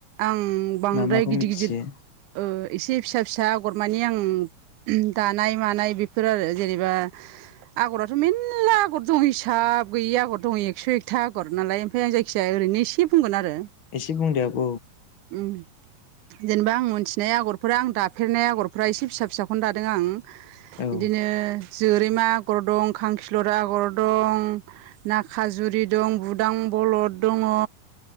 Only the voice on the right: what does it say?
आं बांद्राय
गिदिर
गिदिर ओ एसे फिसा फिसा आगरमानानि आं दानाय मानाय बेफोर आरो जेनेबा आगराथ' मेर्ला आगर दं हिसाब गैयि आगर दङ एकस' एकथा आगर नालाय ओमफ्राय आं जायखिजाया ओरैनोसे बुंगोन आरो।
उम जेनेबा आं मोनथिनाय आगरफोरा आं दाफेरनाय आगरफोरा एसे फिसा फिसाखौनो दादों आं।
बिदिनो जोरैमा आगर दं खांखिलर आगर दं ना खाजुरि दं बुदां बलद दङो